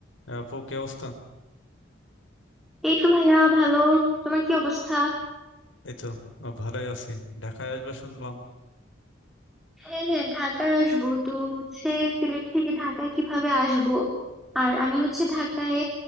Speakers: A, on the left; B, in the centre.
A: হ্যাঁ, আপু কি অবস্থা
B: এই তো ভাইয়া ভালো তোমার কি অবস্থা
A: এই তো আহ, ভালোই আছি ঢাকায় আসবা শুনলাম
B: হ্যাঁ হ্যাঁ ঢাকায় আসবো তো হচ্ছে সিলেট থেকে ঢাকায় কিভাবে আসবো আর আমি হচ্ছে ঢাকায়